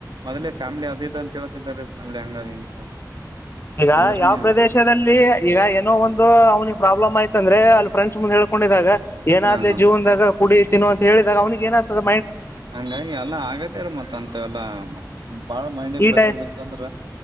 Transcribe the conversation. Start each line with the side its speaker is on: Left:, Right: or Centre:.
Right: ಮೊದಲೇ ಫ್ಯಾಮಿಲಿ ಅದ ಇದ ಅಂತ ಹೇಳ್ತಿದ್ರ ಫ್ಯಾಮಿಲಿ ಹಂಗದ ಹಿಂಗದ
Left: ಈಗ
Right: ಅಂದ್ರನು
Left: ಯಾವ ಪ್ರದೇಶದಲ್ಲಿ ಈಗ ಏನೋ ಒಂದು ಅವ್ನಿಗೆ ಪ್ರಾಬ್ಲಮ್ ಆಯ್ತ ಅಂದ್ರೆ ಅಲ್ ಫ್ರೆಂಡ್ಸ್ ಮುಂದ್ ಹೇಳ್ಕೊಂಡಿದ್ದಾಗ ಏನಾದ್ಲ
Right: ಹ ಹಾ
Left: ಜೀವನದಾಗ ಕುಡಿ ತಿನು ಅಂತ ಹೇಳಿದಾಗ ಅವನಿಗೆ ಏನತದ
Right: ಹಂಗಾಗಿ ಎಲ್ಲ ಆಗತ್ತೇರ ಮತ್ ಅಂತ ಎಲ್ಲ ಬಾಳ ಮೈಂಡಗೆ
Left: ಈ
Right: ಪ್ರೆಷರ್
Left: ಟೈ
Right: ಬಿತ್ತಂದ್ರ